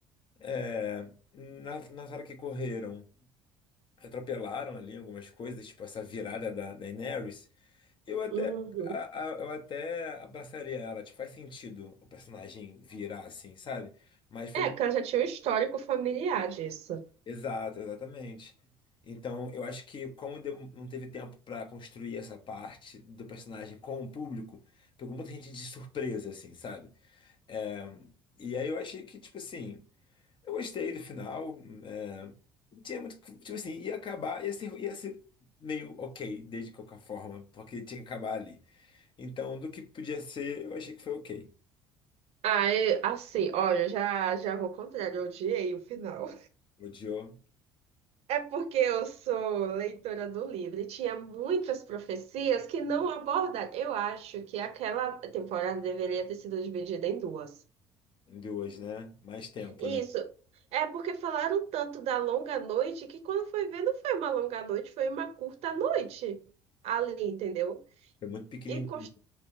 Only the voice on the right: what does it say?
Uhum.
É, porque ela já tinha um histórico familiar disso.
Ah, eu- assim, olha, já, já vou ao contrário, eu odiei o final.
É porque eu sou leitora do livro e tinha muitas profecias que não abordaram. Eu acho que aquela temporada deveria ter sido dividida em duas.
Isso.
É porque falaram tanto da longa noite que quando foi ver, não foi uma longa noite, foi uma curta noite ali, entendeu?
E cons-